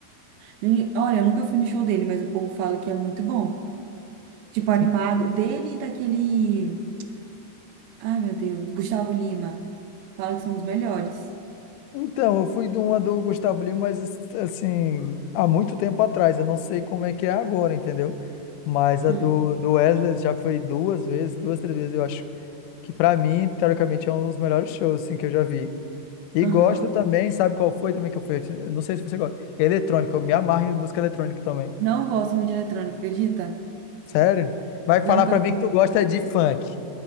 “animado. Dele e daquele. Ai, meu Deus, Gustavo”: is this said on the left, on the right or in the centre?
Right